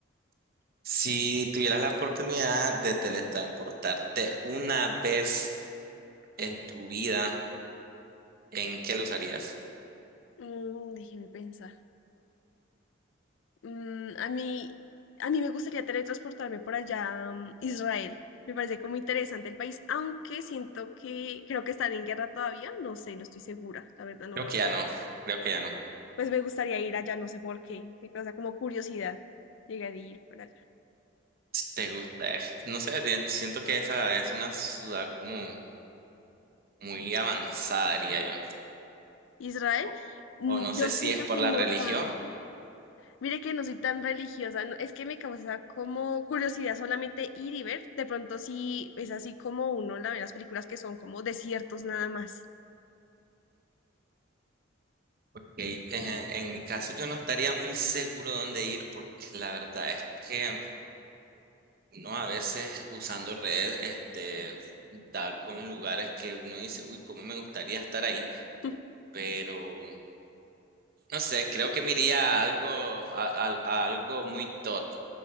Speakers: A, on the right (about 45°); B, on the left (about 65°).
A: Si tuvieras la oportunidad de teletransportarte una vez en tu vida, ¿en qué lo usarías?
B: Mm, déjeme pensar. Mm, a mí, a mí me gustaría teletransportarme por allá, mm, Israel. Me parece como interesante el país, aunque siento que creo que están en guerra todavía. No sé, no estoy segura. La verdad, no
A: Creo
B: veo
A: que ya no, creo que ya no.
B: Pues me gustaría ir allá, no sé por qué. Me causa como curiosidad llegar a ir para allá.
A: Si te gusta, eh, no sé, si- siento que esa es una ciudad como muy avanzada, diría yo.
B: Israel,
A: O,
B: mm,
A: o no
B: yo
A: sé
B: siento
A: si es por
B: que
A: la
B: no
A: religión,
B: tanto. Mire que no soy tan religiosa, no- es que me causa como curiosidad solamente ir y ver. De pronto sí es así como uno la ve en las películas que son como desiertos nada más.
A: porque eh, en mi caso yo no estaría muy seguro dónde ir, porque la verdad es que uno a veces usando redes, este, da con lugares que uno dice, uy, cómo me gustaría estar ahí
B: <laughs>
A: pero no sé, creo que me iría a algo, a, a- a algo muy top,